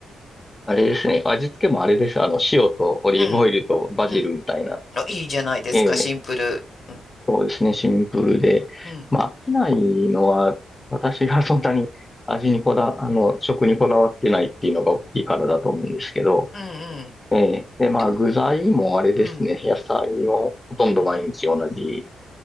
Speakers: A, on the left (about 25°); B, on the left (about 50°).
A: あれですね。味付けもあれです。あの、塩とオリーブオイルとバジルみたいな。
B: うん。うん。あ、いいじゃないですか、
A: ええ、
B: シンプル。うん。
A: そうですね。シンプルで。
B: うん。
A: まあ、飽きないのは、私がそんなに味にこだ、あの、食にこだわってないっていうのが大きいからだと思うんですけど。
B: うん。うん。
A: ええ、で、まあ、
B: でも、
A: 具材もあれですね。
B: うん。
A: 野菜もほとんど毎日同じ。
B: うん。